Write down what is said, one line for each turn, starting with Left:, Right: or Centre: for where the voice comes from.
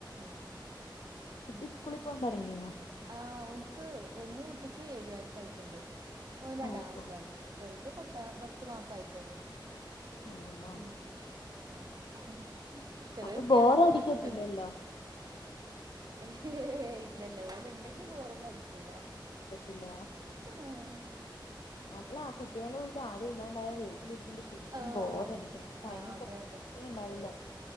Right: ആഹ്
Left: കുട്ടി
Right: ഉം
Left: സ്കൂളി പോവാൻ തുടങ്ങിയോ
Right: ആഹ് ഒല്ക്ക് വലിയ കുട്ടിക്ക് ഏയ് വയസ്യായിട്ടുണ്ട് ഓന് രണ്ടാംക്ലാസ്സിലാണ്
Left: ഓ ഓ
Right: ചെറുത് പത്താ പത്ത് മാസം ആയിട്ടുള്ളൂ
Left: അതെയോ
Right: ഉം ആഹ് ചെറിയ
Left: അപ്പൊ
Right: കുട്ടിയാണ്
Left: ബോറടിക്കത്തില്ലല്ലോ
Right: രണ്ട് ഏ ഇല്ല ഇല്ല ഓല് ഉണ്ടെങ്കി വോറൊന്നും അടിച്ചൂല
Left: കേപ്പില്ല
Right: ആഹ്
Left: അല്ല ആണ്കുട്ടികളും ഇല്ല ആരും ഇല്ലാണ്ടായ വി ൽ ഇരിക്കുമ്പ ശരിക്കും
Right: ഓഹ്
Left: ബോറ് അടിക്കും ടൈമ്
Right: ആഹ് അതെ
Left: പോണതെ
Right: അതെ
Left: ഉണ്ടാവില്ലാ